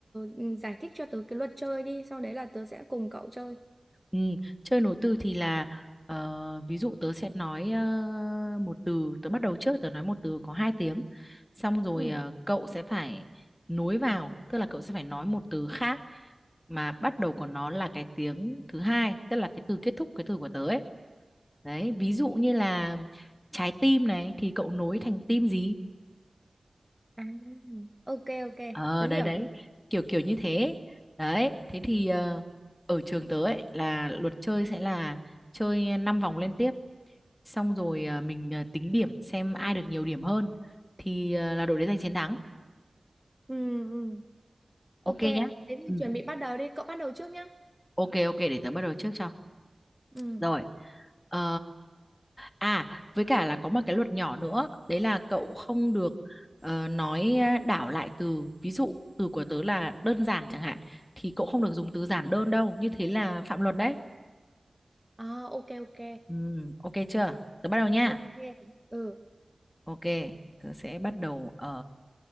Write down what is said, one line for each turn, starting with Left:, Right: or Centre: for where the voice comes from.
Centre: ừ, giải thích cho tớ cái luật chơi đi, sau đấy là tớ sẽ cùng cậu chơi.
Left: Ừ, chơi nối từ thì là ờ, ví dụ tớ sẽ nói ờ, một từ tớ bắt đầu trước tớ nói một từ có hai tiếng xong rồi
Centre: Ừ.
Left: ờ, cậu sẽ phải nối vào tức là cậu sẽ phải nói một từ khác mà bắt đầu của nó là cái tiếng thứ hai tức là cái từ kết thúc cái từ của tớ ấy đấy ví dụ như là trái tim này thì cậu nối thành tim gì
Centre: À, ok ok,
Left: ờ
Centre: tớ
Left: đấy
Centre: hiểu.
Left: đấy kiểu kiểu như thế đấy thế thì ờ, ở trường tớ ấy là luật chơi sẽ là chơi 5 vòng liên tiếp xong rồi à, mình à, tính điểm xem ai được nhiều điểm hơn thì à, là đội đấy giành chiến thắng
Centre: Ừ ừ. Ok,
Left: ok
Centre: thế
Left: nhá
Centre: thì
Left: ừ.
Centre: chuẩn bị bắt đầu đi, cậu bắt đầu trước nhá.
Left: ok ok để tớ bắt đầu trước cho
Centre: Ừ.
Left: rồi ờ... à với cả là có một cái luật nhỏ nữa đấy là cậu không được ờ, nói à, đảo lại từ ví dụ từ của tớ là đơn giản chẳng hạn thì cậu không được dùng từ giản đơn đâu như thế là phạm luật đấy
Centre: À ok ok.
Left: ừ. ok chưa tớ bắt đầu nha.
Centre: Ok. Ừ.
Left: ok tớ sẽ bắt đầu ờ